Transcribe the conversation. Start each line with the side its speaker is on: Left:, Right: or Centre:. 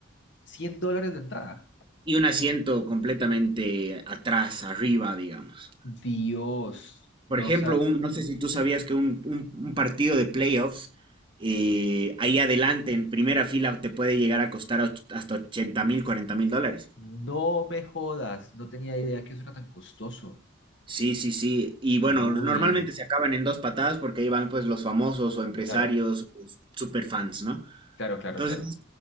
Left: 100 dólares la entrada.
Right: y un asiento completamente atrás, arriba, digamos.
Left: Dios, no
Right: Por ejemplo,
Left: sa-
Right: un, no sé si tú sabías que un, un- un partido de playoffs, eh, ahí adelante, en primera fila, te puede llegar a costar och- hasta ochenta mil, cuarenta mil dólares.
Left: no me jodas, no tenía idea que eso era tan costoso.
Right: Sí, sí, sí. Y bueno,
Left: Uy,
Right: normalmente se acaban en dos patadas porque ahí van pues los famosos o empresarios
Left: claro,
Right: o superfans, ¿no?
Left: claro, claro,
Right: Entonces,
Left: claro.